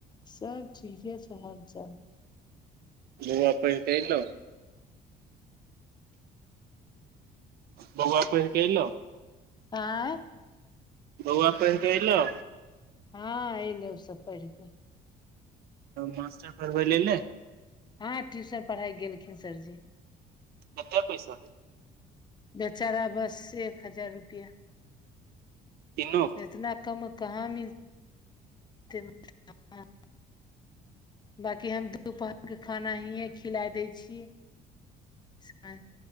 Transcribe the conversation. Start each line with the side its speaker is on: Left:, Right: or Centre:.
Left: सब ठीके छ हाल चाल।
Right: बौआ पैढ क एलौ। बौआ पढ के ऐलौ
Left: आँय
Right: बौआ पैढ क एलौ
Left: हँ एलै उ सब पैढ़ के
Right: मास्टर पढ़बै लाय अयलै
Left: हँ ट्यूशन पढ़ाइ गेलखिन सरजी
Right: कत पैसा के
Left: बेचारा बस एक हजार रुपेआ
Right: तीनो
Left: इतना कम कहाँ मिल <unintelligible> बाकी हम दुपहरके खाना हीयें खिलाए दै छी यै